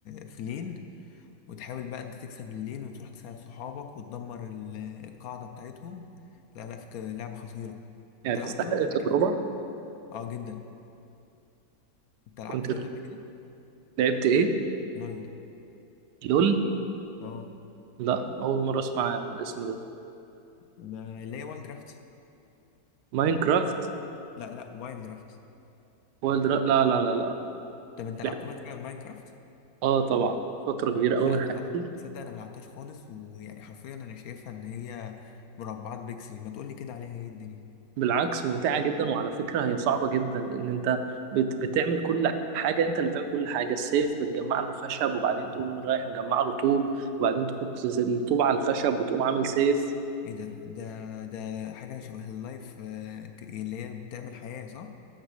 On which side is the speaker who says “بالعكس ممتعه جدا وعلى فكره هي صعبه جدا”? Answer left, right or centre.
Right